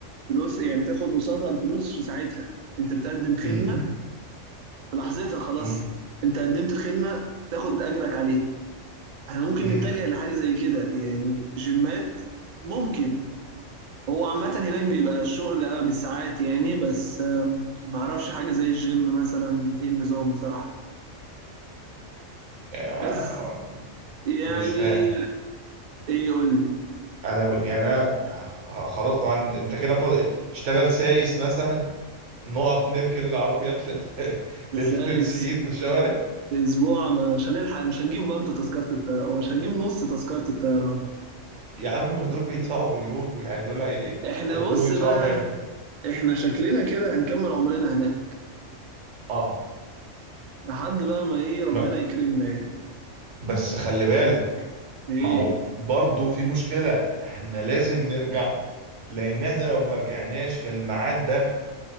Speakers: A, on the right; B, on the right.
A: فلوس يعني تاخد قصادها الفلوس في ساعتها انت بتقدم خدمة
B: امم
A: في لحظتها خلاص
B: امم
A: انت قدمت الخدمة تاخد اجرك عليها احنا ممكن
B: امم
A: نتجه لحاجة زي كده يعني جيمات ممكن هو عامة هناك بيبقى الشغل اه بالساعات يعني بس آه، ما اعرفش حاجة زي الجيم مثلا ايه النظام بصراحة
B: آه،
A: بس
B: ما-
A: يعني
B: مش فاهم
A: ايه قول لي
B: انا يعني انا آه، خلاص هو أنت أنت كده فاضل اشتغل سايس مثلا نقف نركن العربيات لل... <laughs>
A: بس
B: للفرنسيين
A: آه،
B: في الشوارع
A: اسبوع مش هنلحق مش هنجيب برضه تذكرة الطيران مش هنجيب نص تذكرة الطيران
B: يا عم ما دول بيدفعوا باليورو يعني دول هي...
A: احنا
B: هيكونوا
A: بص
B: بيدفعوا
A: بقى
B: جامد
A: احنا شكلنا كده هنكمل عمرنا هناك
B: اه
A: لحد بقى ما ايه ربنا
B: ب-
A: يكرمنا يعني.
B: بس خلي بالك
A: ايه
B: ما هو برضه في مشكلة احنا لازم نرجع لان احنا لو ما رجعناش في الميعاد ده